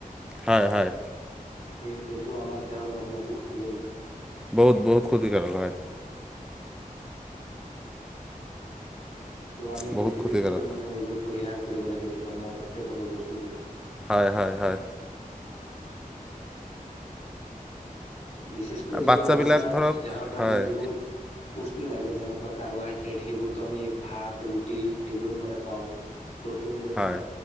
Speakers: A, in the centre; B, on the left.
A: হয় হয়।
B: সেই সেইটো আমাৰ দেহৰ কাৰণে অতি খুতিকাৰি
A: বহুত বহুত ক্ষতিকাৰক হয়।
B: ত' আমি
A: বহুত
B: বেছি
A: ক্ষতিকাৰক।
B: বেছিকৈ মানে এইবোৰ পৰিহাৰ কৰিব লাগে দোকানৰ পেকেটৰ বস্তুবোৰ।
A: হয় হয় হয়।
B: <inaudible> বিছেছকৈ
A: আৰু
B: যে
A: বাচ্ছাবিলাক
B: মানুহৰ
A: ধৰক
B: দেহৰ কাৰণে
A: হয়।
B: যিবোৰ পুষ্টি লাগে যেনেকুৱা কাৰ্বহাইড্ৰেট সেইবোৰতো আমি ভাত, ৰুটি সেইবোৰৰ পৰাই পাওঁ। প্ৰ'টিন যেনে,
A: হয়